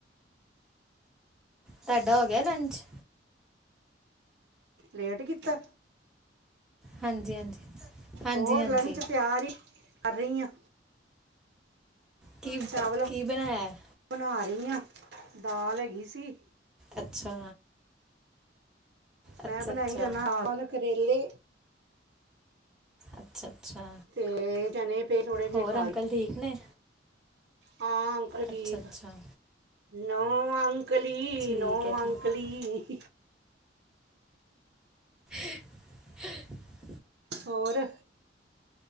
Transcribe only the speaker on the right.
ਲੇਟ ਕੀਤਾ।
ਹੋਰ ਲੰਚ ਤਿਆਰ ਹੀ ਕਰ ਰਹੀ ਆਂ।
ਚਾਵਲ
ਬਣਾ ਈ ਆਂ ਦਾਲ ਹੈਗੀ ਸੀ।
ਮੈਂ ਬਣਾਈ
ਨਾਲ ਕਰੇਲੇ।
ਤੇ ਚਣੇ ਪਏ ਥੋੜੇ ਜੇ
ਕਾਲੇ,
ਹਾਂ। ਚਲ ਠੀਕ
ਆ। ਨੌ ਅਂਕਲੀ
ਨੌ
ਅਂਕਲੀ <unintelligible>
ਹੋਰ।